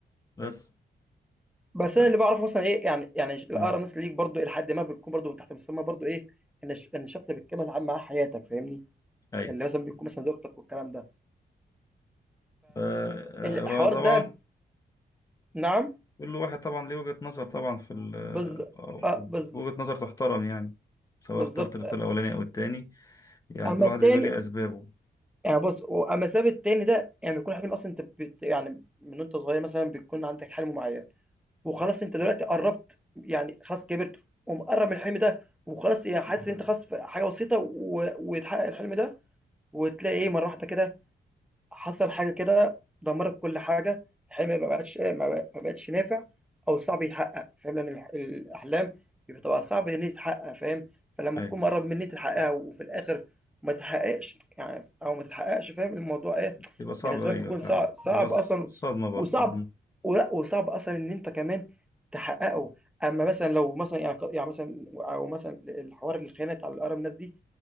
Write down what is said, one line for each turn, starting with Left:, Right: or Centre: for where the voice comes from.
Left: بس
Centre: بس
Left: ف...
Centre: انا اللي بعرفه مثلا ايه يعني يعني الاقرانس
Left: مم.
Centre: ليك برضو الى حد ما بتكون برضو من تحت مسمى برضو ايه ان الش- ان الشخص اللي بتكمل عام معاه حياتك فاهمني
Left: أي
Centre: اللي مثلا بيكون مثلا زوجتك والكلام ده
Left: ف- آه،
Centre: فالحوار
Left: وطبعا
Centre: ده نعم
Left: كل واحد طبعا ليه وجهة نظر طبعا في ال...
Centre: بز
Left: آه،
Centre: آه، بز
Left: وجهة نظر تحترم يعني سواء
Centre: بالظبط
Left: اخترت الاختيار الأولاني أو التاني يعني
Centre: اما
Left: كل واحد
Centre: التاني
Left: بيبقى ليه أسبابه
Centre: يعني بص اما السبب التاني ده يعني بيكون حلم اصلا انت بت يعني من وانت صغير مثلا بيكون عندك حلم معين وخلاص انت دلوقتي قربت يعني خلاص كبرت ومقرب من الحلم ده وخلاص يعني حاسس ان انت خلاص في حاجه بسيطه و- ويتحقق الحلم ده وتلاقي ايه مره واحده كده حصل حاجة كده دمّرت كل حاجة، الحلم ما بقاش ما بق ما بقتش نافع أو صعب يتحقق، فاهم، لأن الح الأحلام بتبقى صعب إن هي تتحقق، فاهم، فلما
Left: أي
Centre: تكون مقرّب من إن أنت تحققها وفي الآخر ما تتحققش يعني أو ما تتحققش، فاهم، الموضوع إيه،
Left: بيبقى صعب
Centre: بالنسبة
Left: أيوة
Centre: لك بيكون
Left: فعلا
Centre: صع صعب
Left: بيبقى ص-
Centre: أصلًا
Left: صدمة برضو
Centre: وصعب
Left: مم.
Centre: ولأ وصعب أصلًا إن أنت كمان تحققه، أمّا مثلًا لو مثلًا يعني ك يعني مثلًا أو مثلًا الحوار الخيانة بتاع الأقرب ناس دي